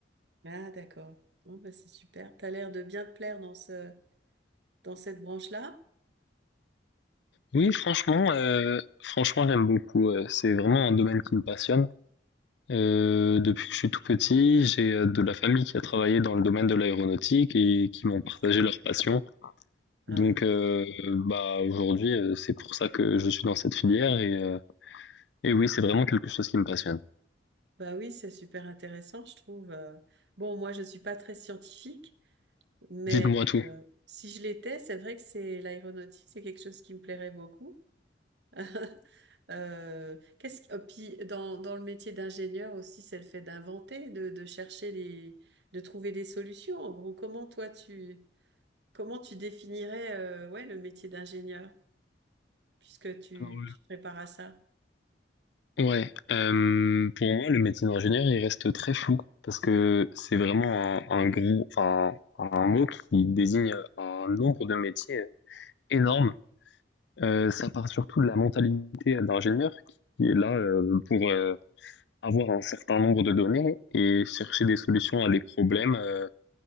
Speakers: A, on the right; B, on the left.
A: Ah d'accord. Bon, bah, c'est super. T'as l'air de bien te plaire dans ce dans cette branche-là.
B: Oui, franchement, euh, franchement, j'aime beaucoup. euh, c'est vraiment un domaine qui me passionne. Euh, depuis que je suis tout petit, j'ai euh, de la famille qui a travaillé dans le domaine de l'aéronautique et qui m'ont partagé leur passion.
A: Ah
B: Donc,
A: ouais.
B: euh, bah aujourd'hui, euh, c'est pour ça que je suis dans cette filière et, euh, et oui, c'est vraiment quelque chose qui me passionne.
A: Bah oui, c'est super intéressant, je trouve. Euh, Bon, moi, je suis pas très scientifique, mais
B: Dites-moi tout.
A: euh, si je l'étais, c'est vrai que c'est l'aéronautique, c'est quelque chose qui me plairait beaucoup. <laughs> Euh, qu'est-ce qui- oh, puis dans, dans le métier d'ingénieur aussi, c'est le fait d'inventer, de, de chercher les, de trouver des solutions. En gros, comment toi tu, comment tu définirais euh, ouais, le métier d'ingénieur, puisque tu,
B: Alors,
A: tu te prépares à ça?
B: euh, ouais, euh, pour moi, le métier d'ingénieur, il reste très flou parce que c'est vraiment un, un gros, enfin, un mot qui désigne un nombre de métiers énorme. Euh, ça part surtout de la mentalité d'ingénieur qui est là euh, pour euh, avoir un certain nombre de données et chercher des solutions à des problèmes euh,